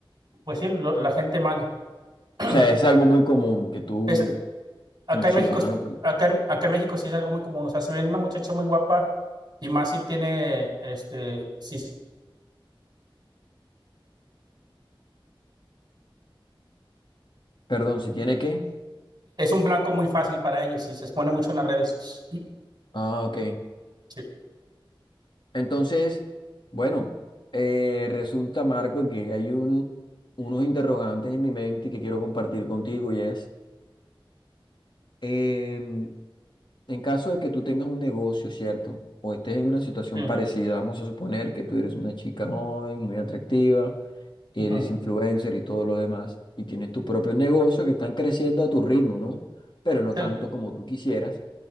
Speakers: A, on the right; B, on the left.
A: pues sí, lo- la gente mala. <clears throat>
B: O sea, es
A: Como-
B: algo muy común que tú,
A: es- acá
B: como ciudadano,
A: en México, es-
B: pues,
A: acá, en- acá en México sí es algo muy común. O sea, si ven una muchacha muy guapa y más si tiene, este, si es,
B: perdón, si tiene que.
A: es un blanco muy fácil para ellos, si se expone mucho en las redes.
B: Ah, ok.
A: Sí,
B: Entonces, bueno, eh, resulta, Marco, que hay un, unos interrogantes en mi mente que quiero compartir contigo y es, em, en caso de que tú tengas un negocio, ¿cierto? O estés en una situación
A: sí,
B: parecida, vamos a suponer que tú eres una chica joven, muy atractiva. y
A: ujú,
B: eres influencer y todo lo demás, y tienes tu propio negocio que están creciendo a tu ritmo, ¿no? Pero no
A: sí,
B: tanto como tú quisieras.